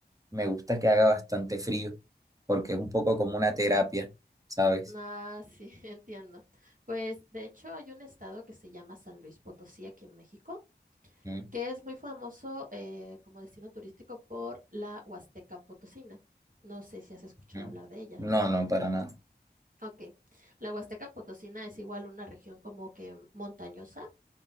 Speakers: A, on the right; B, on the right.
A: me gusta que haga bastante frío, porque es un poco como una terapia, ¿sabes?
B: Ah, sí, <laughs> entiendo. Pues de hecho hay un estado que se llama San Luis Potosí aquí en México,
A: Ujú.
B: que es muy famoso eh, como destino turístico por la Huasteca Potosina. No sé si has escuchado
A: ujú.
B: hablar de ella.
A: No, no, para nada.
B: Ok, la Huasteca Potosina es igual una región como que montañosa,